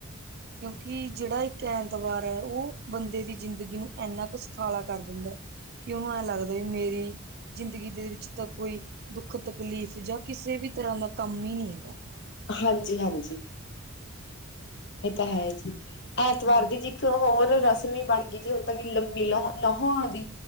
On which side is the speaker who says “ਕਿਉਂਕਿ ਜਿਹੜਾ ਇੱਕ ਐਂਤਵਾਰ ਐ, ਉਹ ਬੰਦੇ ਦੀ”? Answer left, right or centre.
Right